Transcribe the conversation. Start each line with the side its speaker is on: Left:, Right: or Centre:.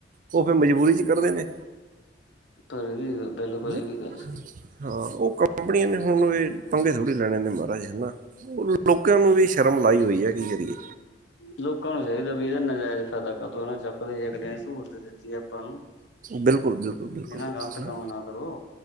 Right: ਉਹ ਫਿਰ ਮਜ਼ਬੂਰੀ 'ਚ ਕਰਦੇ ਨੇ
Left: <unintelligible>
Right: ਜੀ
Left: ਵੀ ਗੱਲ ਸਹੀ
Right: ਹਾਂ ਉਹ ਕੰਪਨੀਆਂ ਨੇ ਹੁਣ ਇਹ ਪੰਗੇ ਥੋੜੀ ਲੈਣੇ ਨੇ ਮਹਾਰਾਜ ਹਨਾ। ਲੋਕਾਂ ਨੂੰ ਵੀ ਸ਼ਰਮ ਲਾਈ ਹੋਈ ਏ, ਕੀ ਕਰੀਏ।
Left: ਲੋਕਾਂ ਨੂੰ ਚਾਹੀਦਾ ਵੀ ਇਹਦਾ ਨਾਜਾਇਜ਼ ਫਾਇਦਾ ਕਾਤੋ ਨਾ ਚੱਕੋ ਵੇਖਦੇ ਹ ਸਹੂਲਤ ਦਿੱਤੀ ਹੈ ਆਪਾਂ ਨੂੰ।
Right: ਬਿਲਕੁਲ, ਬਿਲਕੁਲ, ਬਿਲਕੁਲ।
Left: ਬਿਨਾਂ ਗ਼ਲਤ ਕੰਮ ਨਾ ਕਰੋ